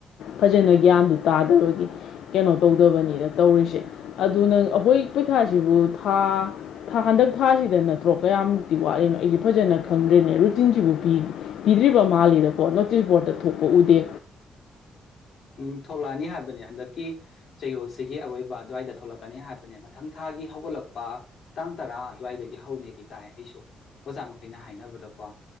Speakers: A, on the left; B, on the left.
A: ꯐꯖꯅ ꯒ꯭ꯌꯥꯟꯗꯨ ꯇꯥꯗꯕꯒꯤ ꯀꯩꯅꯣ ꯇꯧꯗꯕꯅꯤꯅ ꯇꯧꯔꯤꯁꯦ ꯑꯗꯨ ꯅꯪ ꯑꯩꯈꯣꯏ ꯄꯩꯈꯥꯁꯤꯕꯨ ꯊꯥ ꯊꯥ ꯍꯟꯗꯛ ꯊꯥꯁꯤꯗ ꯅꯠꯇ꯭ꯔꯣ ꯀꯌꯥꯃꯨꯛꯇꯤ ꯋꯥꯠꯂꯤꯅꯣ ꯑꯩꯁꯦ ꯐꯖꯅ ꯈꯪꯗ꯭ꯔꯦꯅꯦ ꯔꯨꯇꯤꯟꯁꯤꯕꯨ ꯄꯤꯗ꯭ꯔꯤꯕ ꯃꯥꯜꯂꯤꯗꯀꯣ ꯅꯣꯇꯤꯁ ꯕꯣꯔꯠꯇ ꯄꯨꯊꯣꯛꯄ ꯎꯗꯦ
B: ꯎꯝ ꯊꯣꯛꯂꯛꯑꯅꯤ ꯍꯥꯏꯕꯅꯦ ꯍꯟꯗꯛꯀꯤ ꯆꯌꯣꯜꯁꯤꯒꯤ ꯑꯔꯣꯏꯕ ꯑꯗꯨꯋꯥꯏꯗ ꯊꯣꯛꯂꯛꯀꯅꯤ ꯍꯥꯏꯕꯅꯦ ꯃꯊꯪ ꯊꯥꯒꯤ ꯍꯧꯒꯠꯂꯛꯄ ꯇꯥꯡ ꯇꯔꯥ ꯑꯗꯨꯋꯥꯏꯗꯒꯤ ꯍꯧꯅꯦꯗꯤ ꯇꯥꯏ ꯑꯩꯁꯨ ꯑꯣꯖꯥ ꯃꯈꯩꯅ ꯍꯥꯏꯅꯕꯗꯀꯣ